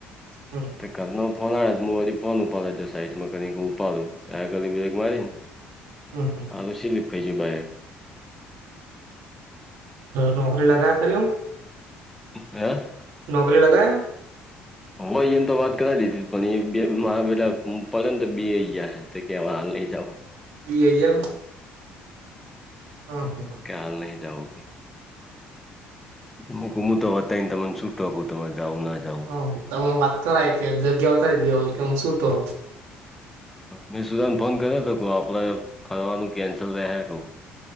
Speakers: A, on the right; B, in the centre.
A: હમ.
B: ઘરનો ફોન આયો હું વરી ફોન ઉપાડવા સાઈડમાં કરી ઉપાડું તો આ કાલી બ્રેક મારીને. <inaudible>
A: હમ હમ.
B: અવે શીલીપ <unintelligible> ભાઈ એમ.
A: નોકરી લગાવી આપેલ એમ.
B: હે?
A: નોકરી લગ <unintelligible>
B: હોય એને તો વાત કરાવ દીધી પણ એ બે મારા બેેટા <unintelligible> તો કેવા હાલ નઈ જાવ.
A: બી એમ હ હા.
B: ખ્યાલ નહી જાઓગ. હ ગુમું તો બતાય ને તમને છૂટો કું તમારે જાવં ના જાવું.
A: હ તમે વાત કરાય કે જગ્યા ઉતાારી દ કે હું સુુંતો આવું.
B: મેં સુદાન ફોન કર્યો તો આપડે ફરવાનું કેન્સલ રહ્યા કું.